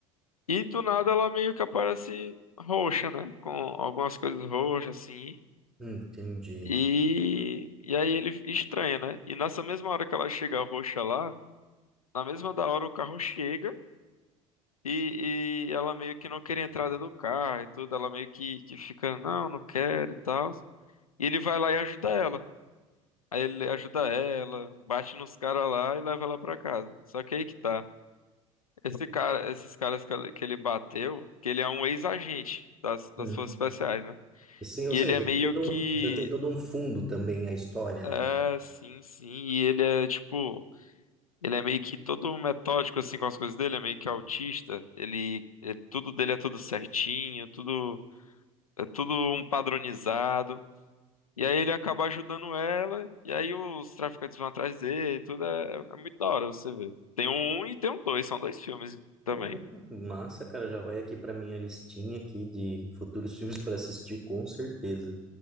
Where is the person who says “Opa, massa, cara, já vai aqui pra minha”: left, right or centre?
Centre